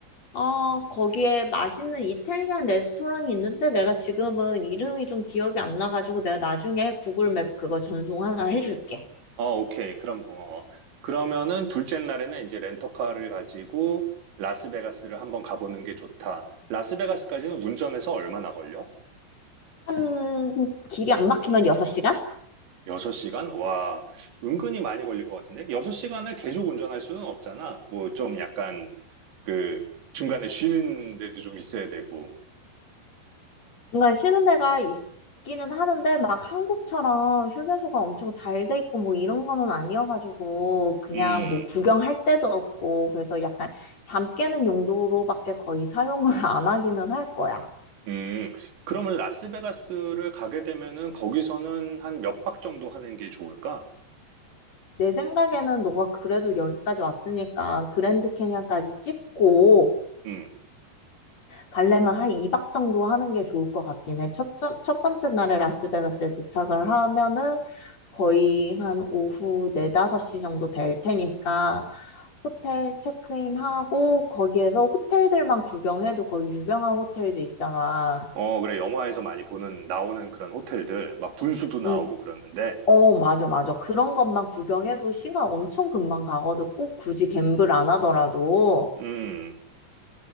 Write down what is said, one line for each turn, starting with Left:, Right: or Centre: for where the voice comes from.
Left: 아, 거기에 맛있는 이탈리안 레스토랑이 있는데 내가 지금은 이름이 좀 기억이 안 나가지고 내가 나중에 구글 맵 그거 전송 하나 해줄게.
Right: 어 오케이. 그럼 고마워. 그러면은 둘째 날에는 이제 렌터카를 가지고 라스베가스를 한번 가보는 게 좋다. 라스베가스까지는 운전해서 얼마나 걸려?
Left: 한, 길이 안 막히면 6시간?
Right: 6시간? 와, 은근히 많이 걸릴 것 같은데? 6시간을 계속 운전할 수는 없잖아. 뭐 좀 약간 그 중간에 쉬는 데도 좀 있어야 되고.
Left: 중간에 쉬는 데가 있기는 하는데 막 한국처럼 휴게소가 엄청 잘 돼 있고 뭐 이런 거는 아니어가지고 그냥
Right: 음,
Left: 뭐 구경할 데도 없고 그래서 약간 잠 깨는 용도로밖에 거의 사용을 <laughs> 안 하기는 할 거야.
Right: 음. 그러면 라스베가스를 가게 되면은 거기서는 한 몇 박 정도 하는 게 좋을까?
Left: 내 생각에는 너가 그래도 여기까지 왔으니까 그랜드 캐니언까지 찍고
Right: 음.
Left: 가려면 한 2박 정도 하는 게 좋을 것 같긴 해. 첫, 첫, 첫 번째 날에 라스베가스에 도착을 하면은 거의 한 오후 4, 5시 정도 될 테니까 호텔 체크인하고 거기에서 호텔들만 구경해도 거의 유명한 호텔들 있잖아.
Right: 어, 그래. 영화에서 많이 보는 나오는 그런 호텔들 막 분수도 나오고
Left: 음,
Right: 그러는데.
Left: 어, 맞아, 맞아. 그런 것만 구경해도 시간 엄청 금방 가거든. 꼭 굳이 갬블 안 하더라도.
Right: 음.